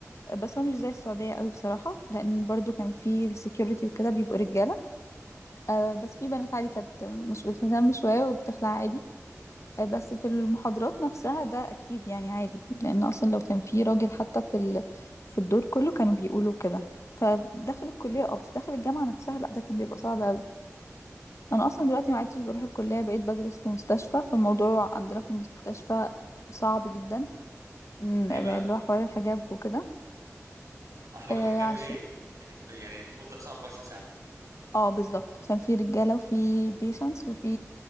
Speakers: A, on the left; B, on the right.
A: بس هو مش زي السعودية قوي بصراحة لأن برضو كان في السكيورتي وكده بيبقوا رجالة آه، بس في بنات عادي كانت مش بتهتم شوية وبتخلع عادي آه، بس في المحاضرات نفسها ده أكيد يعني عادي لأن أصلا لو كان في راجل حتى في ال... في الدور كله كانوا بيقولوا كده فداخل الكلية اه بس داخل الجامعة نفسها لأ ده كان بيبقى صعب أوي أنا أصلا دلوقتي ما عدتش بروح الكلية بقيت بدرس في مستشفى فالموضوع عندنا في المستشفى صعب جدا إن-
B: ليه
A: اللي
B: بقى؟
A: هو حوار الحجاب وكده
B: احوار
A: آه
B: الحجاب
A: عشان
B: ايه؟ انك ب... يعني المفروض لابسها 24 ساعة
A: اه بالظبط عشان في رجالة وفي بيشنس وفي